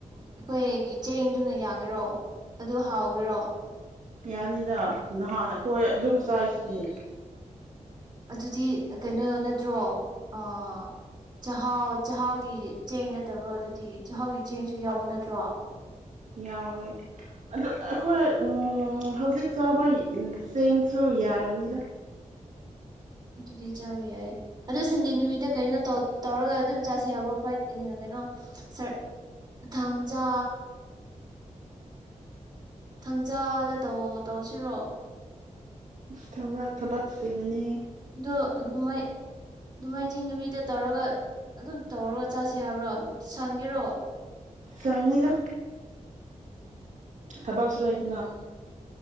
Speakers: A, on the right (about 35°); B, on the right (about 70°).
A: ꯑꯩꯈꯣꯏꯒꯤ ꯆꯦꯡꯗꯨꯅ ꯌꯥꯒꯦꯔꯣ ꯑꯗꯨ ꯍꯥꯎꯒꯦꯔꯣ
B: ꯌꯥꯅꯤꯗ ꯅꯍꯥꯟ ꯑꯩꯈꯣꯏ ꯑꯗꯨꯝ ꯆꯥꯏꯁꯤꯗꯤ
A: ꯑꯗꯨꯗꯤ ꯀꯩꯅꯣ ꯅꯠꯇ꯭ꯔꯣ ꯑꯥ ꯆꯥꯛꯍꯥꯎ ꯆꯥꯛꯍꯥꯎꯒꯤ ꯆꯦꯡ ꯅꯠꯇꯕ꯭ꯔꯣ ꯑꯗꯨꯗꯤ ꯆꯥꯛꯍꯥꯎꯒꯤ ꯆꯦꯡꯁꯨ ꯌꯥꯎꯕ ꯅꯠꯇ꯭ꯔꯣ
B: ꯌꯥꯎꯋꯦ ꯑꯗꯨ ꯑꯩꯈꯣꯏ ꯍꯧꯖꯤꯛ ꯆꯥꯕ ꯆꯦꯡꯁꯨ ꯌꯥꯔꯅꯤꯗ
A: ꯑꯗꯨꯗꯤ ꯆꯥꯕ ꯌꯥꯏ ꯑꯗꯨ ꯁꯟꯗꯦ ꯅꯨꯃꯤꯠꯇ ꯀꯩꯅꯣ ꯇꯧꯔꯒ ꯑꯗꯨꯝ ꯆꯥꯥꯁꯦ ꯍꯥꯏꯕ꯭ꯔꯣ ꯐ꯭ꯔꯥꯏꯗꯦꯅ ꯀꯩꯅꯣ ꯁꯥꯔ ꯊꯥꯡꯖ ꯊꯥꯡꯖꯗ ꯇꯧ ꯇꯧꯁꯤꯔꯣ
B: ꯊꯥꯡꯖ ꯊꯕꯛ ꯆꯤꯜꯂꯅꯤ
A: ꯑꯗꯨ ꯑꯗꯨꯃꯥꯏ ꯅꯣꯡꯃꯥꯏꯖꯤꯡ ꯅꯨꯃꯤꯠꯇ ꯇꯧꯔꯒ ꯑꯗꯨꯝ ꯇꯧꯔꯣ ꯆꯥꯁꯤ ꯍꯥꯏꯕ꯭ꯔꯣ ꯁꯪꯒꯦꯔꯣ
B: ꯁꯪꯅꯤꯗ ꯊꯕꯛꯁꯨ ꯂꯩꯇꯥꯅ